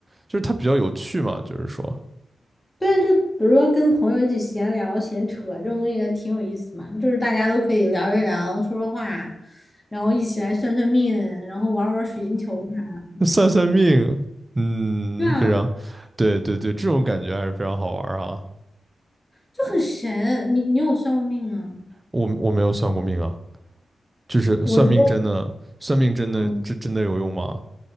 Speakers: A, on the right; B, on the left.
A: 就是它比较有趣嘛，就是说
B: 对啊，就比如说跟朋友一起闲聊、闲扯这种东西也挺有意思嘛，就是大家都可以聊一聊、说说话，然后一起来算算命，然后玩儿玩儿水晶球啥的。
A: 算算命，嗯，
B: 对啊，
A: 非常，对对对，这种感觉还是非常好玩儿啊。
B: 就很神。你你有算过命吗？
A: 我我没有算过命啊，就是算命真的，
B: 我觉得，
A: 算命真的真真的有用吗？
B: 嗯。